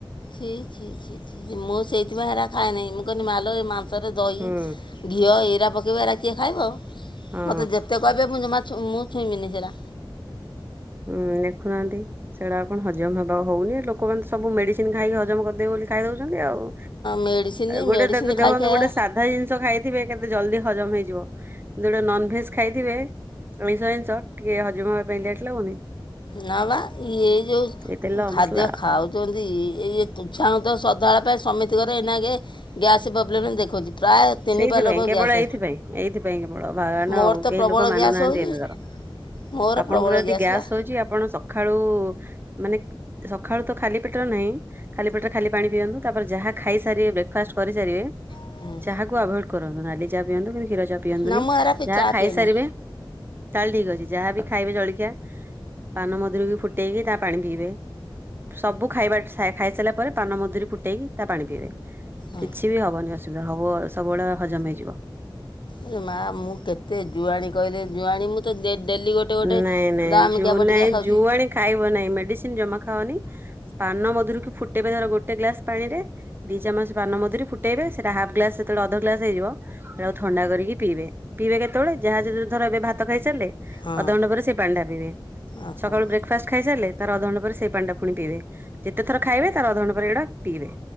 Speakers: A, on the left; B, on the right.
A: ଛି ଛି ଛି ଛି ଛି ମୁଁ ସେଇଥିପାଇଁ ହେରା ଖାଏ ନାହିଁ ମୁଁ କହିଲି ମାଲୋ ଏ ମାଂସରେ ଦହି
B: ହୁଁ
A: ଘିଅ ଏଇରା ପକେଇବ ଏରା କିଏ ଖାଇବ।
B: ହଁ
A: ମୋତେ ଯେତେ କହିବେ ମୁଁ ଜମା ମୁଁ ଛୁଇଁବିନି ସେଇରା।
B: ହୁଁ ଦେଖୁନାହାନ୍ତି ସେଇଟା କଣ ହଜମ ହବା ହଉନି ଲୋକମାନେ ସବୁ ମେଡି ମେଡ଼ିସିନ ଖାଇକି ହଜମ କରିଦେବେ ବୋଲି ଖାଇଦଉଛନ୍ତି ଆଉ।
A: ମେଡ଼ିସିନ
B: ଗୋଟେ
A: ମେଡ଼ିସିନ
B: ଦେଖ
A: ଖାଇ
B: ଦେଖନ୍ତୁ
A: ଖାଇକା
B: ଗୋଟେ ସା ସାଧା ଜିନିଷ ଖାଇଥିବେ କେତେ ଜଲଦି ହଜମ ହେଇଯିବ। ଯୋଉଟା ନନଭେଜ ଖାଇଥିବେ ଅଇଁଷ ଜିନିଷ ଟିକେ ହଜମ ହେବା ପାଇଁ ଲେଟ୍ ଲାଗୁନି।
A: ନା ବା ଇ ଏ ଯୋଉ
B: ଏଇ ତେଲ
A: ଖାଦ୍ୟ
B: ମସଲା
A: ଖାଉ ଯେମିତି ଏଇ <unintelligible> ଶ୍ରଦ୍ଧାଳ ପାଇଁ ସମିତି ଘରେ ନେଇକି। ଗ୍ୟାସ ପ୍ରୋବ୍ଲମ୍ ଦେଖାଉଛି ପ୍ରାୟ ତିନି
B: ସେଇଥିପାଇଁ
A: ପା ଲୋକ
B: କେବଳ
A: ଗ୍ୟାସ୍
B: ଏଇଥିପାଇଁ ଏଇଥିପାଇଁ କେବଳ <unintelligible>
A: ମୋର
B: ଆଉ
A: ତ
B: କେହି
A: ପ୍ରବଳ
B: ଲୋକ ମାନୁନାହାନ୍ତି
A: ଗ୍ୟାସ୍ ହେଉଛି
B: ଏବେକାର।
A: ମୋର
B: ଆପଣଙ୍କର
A: ପ୍ରବଳ
B: ଯଦି ଗ୍ୟାସ୍
A: ବା
B: ହଉଛି। ଆପଣ ସକାଳୁମାନେ ସକାଳୁ ତ ଖାଲି ପେଟରେ ନାହିଁ। ଖାଲି ପଟରେ ଖାଲି ପାଣି ପିଅନ୍ତୁ ତାପରେ ଯାହା ଖାଇସାରିବେ ବ୍ରେକ ଫାଷ୍ଟ କରିସାରିବେ।
A: ହୁଁ।
B: ଚା କୁ ଆଭଡ କରନ୍ତୁ ନାଲି ଚା ପିଅନ୍ତୁ କିନ୍ତୁ କ୍ଷୀର ଚା ପିଅନ୍ତୁନି
A: ନା ମୁଁ ହେରା ପି
B: ଯାହା
A: ଚା
B: ଖାଇସାରିବେ
A: ପିଏନି
B: ତାହେଲେ ଠିକ ଅଛି ଯାହା ବିି ଖାଇବେ ଜଳଖିଆ ପାନ ମଧୁରିକୁ ଫୁଟେଇକି ତା ପାଣି ପିଇବେ। ସବୁ ଖାଇବା ଖାଇ ସାରିଲା ପରେ ପାନମଧୁୁରୀ ଫୁଟେଇକି ତା ପାଣି ପିଇବେ।
A: ହଁ
B: କିଛି ବି ହବନି ଅସୁବିଧା ହବ ସବୁବେଳେ ହଜମ ହେଇଯିବ।
A: ରେ ମା ମୁଁ କେତେ ଜୁଆଣୀ କହିଲେ ଜୁଆଣୀ ମୁଁ ତ ଡେଲି ଗୋଟେ ଗୋଟେ
B: ନାଇଁ ନାଇଁ
A: ଦାମିକିଆ
B: ଜୁ
A: ବଟିିକା
B: ନାଇଁ
A: ଖାଉଛି।
B: ଜୁଆଣି ଖାଇବ ନାହିଁ ମେଡିସିନ ଜମା ଖାଅନି ପାନମଧୁରୀକୁ ଫୁଟେଇବେ ଧର ଗୋଟେ ଗ୍ଲାସ ପାଣିରେ ଦି ଚାମଚ ପାନମଧୁରୀ ଫୁଟେଇବେ ସେଇଟା ହାପ୍ ଗ୍ଲାସ ସେତେବେଳେ ଅଧ ଗ୍ଲାସ ହେଇଯିବ ସେଟାକୁ ଥଣ୍ଡା କରିକି ପିଇବେ। ପିଇବେ କେତେବେଳେ ଯାହା ଯ ଧର ଏବେ ଭାତ ଖାଇସାରିଲେ
A: ହଁ
B: ଅଧଘଣ୍ଟା ପରେ ସେଇ ପାଣିଟା ପିଇବେ।
A: ଓହୋ
B: ସକାଳୁ ବ୍ରେକ ଫାଷ୍ଟ ଖାଇସାରିଲେ ତାର ଅଧଘଣ୍ଟା ପରେ ସେଇ ପାଣିଟା ପୁଣି ପିଇବେ। ଯେତେ ଥର ଖାଇବେ ତାର ଅଧଘଣ୍ଟା ପରେ ଏଇଟା ପିଇବେ।